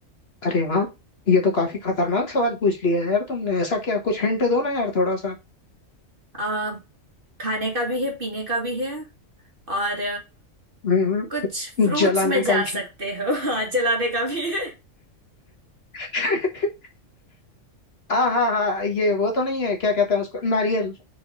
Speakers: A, on the left; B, on the right.
A: अरे वाह ये तो काफी खतरनाक सवाल पूछ लिया है यार तुमने ऐसा क्या कुछ हिंट दो ना यार थोड़ा सा
B: आ, खाने का भी है पीने का भी है और
A: हम्म
B: कुछ
A: हम्म।
B: फ्रूट्स
A: जलाने
B: में जा
A: का भी
B: सकते हो <laughs> हाथ जलाने का भी है
A: <laughs> हाँ हाँ हाँ ये वो तो नहीं है क्या कहते हैं उसको नारियल